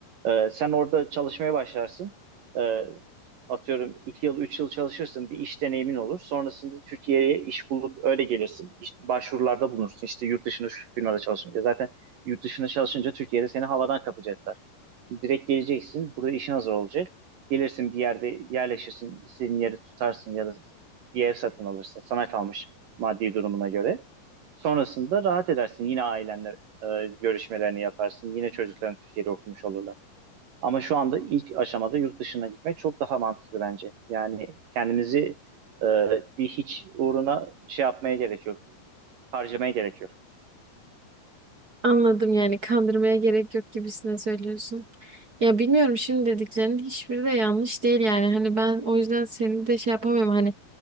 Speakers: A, on the right; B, on the right.
A: Ee, sen orada çalışmaya başlarsın. Ee, atıyorum 2 yıl 3 yıl çalışırsın bir iş deneyimin olur. Sonrasında Türkiye'ye iş bulup öyle gelirsin. İş, başvurularda bulunursun. İşte yurt dışında şu firmada çalışınca. Zaten yurt dışında çalışınca Türkiye'de seni havadan kapacaklar. Direkt geleceksin. Burada işin hazır olacak. Gelirsin bir yerde yerleşirsin. istediğin yeri tutarsın ya da bir ev satın alırsın. Sana kalmış maddi durumuna göre. Sonrasında rahat edersin. Yine ailenle e, görüşmelerini yaparsın. Yine çocukların Türkiye'de okumuş olurlar. Ama şu anda ilk aşamada yurt dışına gitmek çok daha mantıklı bence. Yani kendimizi e, bir hiç uğruna şey yapmaya gerek yok. Harcamaya gerek yok.
B: Anladım yani kandırmaya gerek yok gibisine söylüyorsun. Ya bilmiyorum şimdi dediklerinin hiçbiri de yanlış değil yani. Hani ben o yüzden seni de şey yapamıyorum. Hani